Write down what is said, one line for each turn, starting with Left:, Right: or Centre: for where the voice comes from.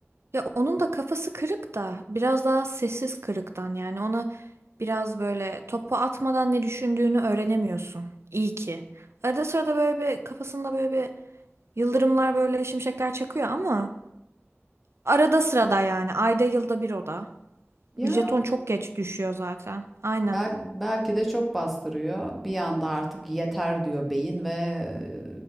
Right: Ya onun da kafası kırık da biraz daha sessiz kırıktan yani ona biraz böyle topu atmadan ne düşündüğünü öğrenemiyorsun. İyi ki. Arada sırada böyle bir kafasında böyle bir yıldırımlar böyle şimşekler çakıyor ama Arada sırada yani. Ayda yılda bir oda.
Centre: Ya
Right: Jeton çok geç düşüyor zaten. Aynen.
Centre: bel, belki de çok bastırıyor. Bir anda artık yeter diyor beyin ve e,